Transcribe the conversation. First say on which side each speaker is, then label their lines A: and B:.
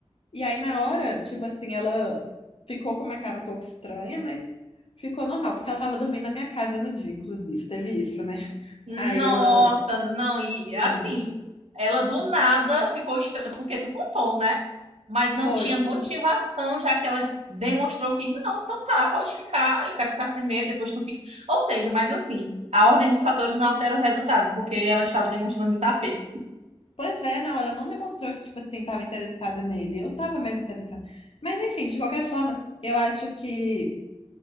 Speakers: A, on the left; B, on the right.
A: E aí, na hora, tipo assim, ela ficou com uma cara um pouco estranha, mas ficou normal, porque ela tava dormindo na minha casa no dia, inclusive, teve isso, né?
B: Nossa,
A: Aí ela,
B: não, e
A: sim,
B: assim, ela do nada ficou estranha, porque tu contou, né? Mas não
A: foi.
B: tinha motivação, já que ela demonstrou que, não, então tá, pode ficar, eu quero ficar primeiro, depois tu fica. Ou seja, mas assim, a ordem dos fatores não altera o resultado, porque ela estava demonstrando desapego.
A: Pois é, não, ela não demonstrou que, tipo assim, tava interessada nele. Eu tava mais interessada. Mas, enfim, de qualquer forma, eu acho que.